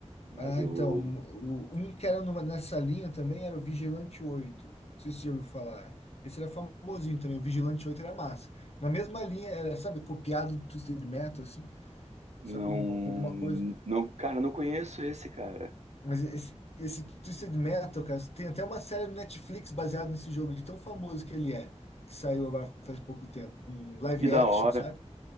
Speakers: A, on the right (about 70°); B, on the left (about 60°).
A: Mas
B: Ah,
A: eu
B: então, o- um que era numa, nessa linha também era o Vigilante Oito, Não sei se você já ouviu falar. Esse era famosinho também, o Vigilante Oito era massa. Na mesma linha, era, sabe, copiado do Twisted Metal, assim,
A: não,
B: só com, uma- com alguma coisa.
A: não, cara, não conheço esse cara.
B: Mas esse, esse Twisted Metal, cara, tem até uma série no Netflix baseada nesse jogo, de tão famoso que ele é, que saiu agora faz pouco tempo. Um live
A: Que da
B: action,
A: hora.
B: sabe?